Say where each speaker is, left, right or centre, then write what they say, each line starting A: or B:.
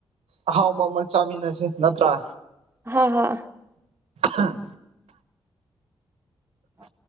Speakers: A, on the right; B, on the right.
A: ꯑꯍꯥꯎꯕ ꯑꯃ ꯆꯥꯃꯤꯟꯅꯁꯤ ꯅꯠꯇ꯭ꯔꯥ
B: ꯍ ꯍ
A: ꯑ
B: ꯑ